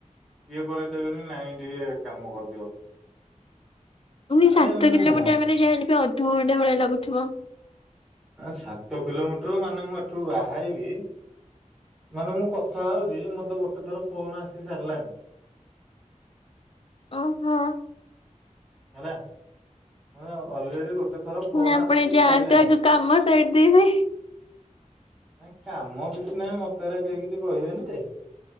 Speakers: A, in the centre; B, on the left.
A: ଇଏ କରାଇଦେବେନି ନାଇଁ ଟିକେ କାମ କରିଦିଅ।
B: ପୁଣି
A: ଆରେ
B: ସାତ କିଲୋମିଟର
A: ମୁଁ
B: ମାନେ ଯାହାହେଲେ ବି ଅଧଘଣ୍ଟା ଭଳିଆ ଲାଗୁଥିବ।
A: ସାତ କିଲୋମିଟର ମାନେ ମୁଁ ଏଠୁ ବାହାରିବି ମାନେ ମୁଁ କଥା ହଉଛି ମତେ ଗୋଟେ ଥର ଫୋନ ଆସି ସାରିଲାଣି।
B: ଓହୋ।
A: ହେଲା। ମାନେ ଅଲରେଡି ଗୋଟେ ଥର ଫୋନ
B: ଆପଣ
A: ଆସି
B: ଯାଆନ୍ତୁ
A: ସାଇଲାଣି।
B: ଆଗ କାମ ସାଇଡ ଦେଇବେ।
A: ନାଇ କାମ କିଛି ନାହିଁ ମତେ ଏରା କେହି କିଛି କହିବେନି ଯେ